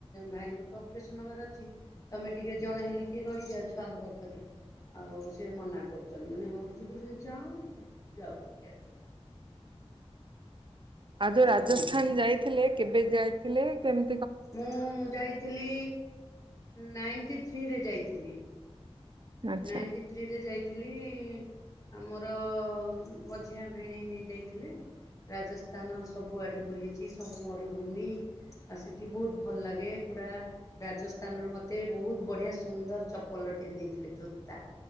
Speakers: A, on the left; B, on the right.
A: ଭାଇଙ୍କର ତ ଅପରେସନ ହବାର ଅଛି ତମେ ଟିକେ ଜଣେ ହେଲେ କିଏ ରହିଯାଅ ଛୁଆଙ୍କ ପାଖରେ ଆଉ ସେ ମନା କରୁଛନ୍ତି ମାନେ ହଉ ଯିବୁ ସେ ଯାଅ ଯାଉଛନ୍ତି ଆଜି
B: <inaudible> ଆ ଯୋଉ ରାଜସ୍ଥାନ
A: ହୁଁ।
B: ଯାଇଥିଲେ କେବେ ଯାଇଥିଲେ କେମ୍
A: ମୁଁ ଯାଇଥିଲି ନାଇଣ୍ଟି ଥ୍ରୀରେ ଯାଇଥିଲି।
B: ଆଚ୍ଛା
A: ନାଇଣ୍ଟି ଥ୍ରୀରେ ଯାଇଥିଲି ଇ- ଆମର ମଝିଆ ଭେଣେଇ ନେଇଯାଇଥିଲେ ରାଜସ୍ଥାନ ସବୁଆଡ଼େ ବୁଲିଛି ସବୁ ମରୁଭୂମି ଆଉ ସେଠି ବହୁତ ଭଲ ଲାଗେ ପୁରା ରାଜସ୍ଥାନରୁ ମତେ ବହୁତ ବଢ଼ିଆ ସୁନ୍ଦର ଚପଲଟିଏ ଦେଇ ଥିଲେ ଜୋତା